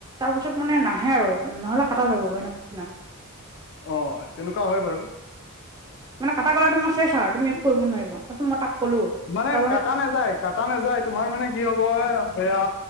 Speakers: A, on the right; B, on the left.
A: তাৰপিছত মানে নাহে আৰু নহলে কাটা যাব গৈ <unintelligible>
B: অঁ, তেনেকুৱা হয় বাৰু।
A: মানে কাটা গ'লে তোমাৰ চেছ আও তুমি একো কৰিব নোৱাৰিবা। তাৰপিছত মই তাক ক'লো
B: মানে
A: তাৰপৰা
B: কাটা নেযায়, কাটা নেযায় তোমাৰ মানে কি হ'ব এয়া